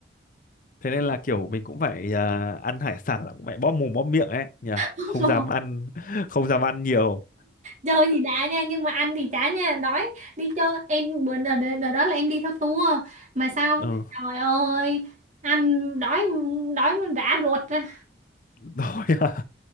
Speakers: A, on the left; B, on the right.
A: thế nên là kiểu mình cũng phải à, ăn hải sản là cũng phải bóp mồm bóp miệng ấy nhỉ
B: <laughs>
A: không dám ăn <laughs> không dám ăn nhiều
B: chơi thì đã nha nhưng mà ăn thì chả nha đói đi chơi em bữa đợt, đợt đó là em đi theo tour mà sao
A: ừ
B: trời ơi ăn đói đói mà rã ruột ra
A: rồi à.